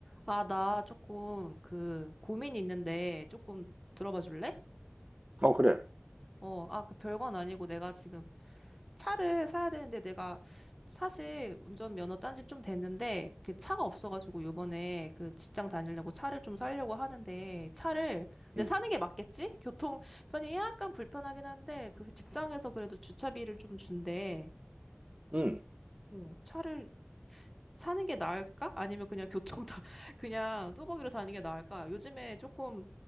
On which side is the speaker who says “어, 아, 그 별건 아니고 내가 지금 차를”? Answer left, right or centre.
Centre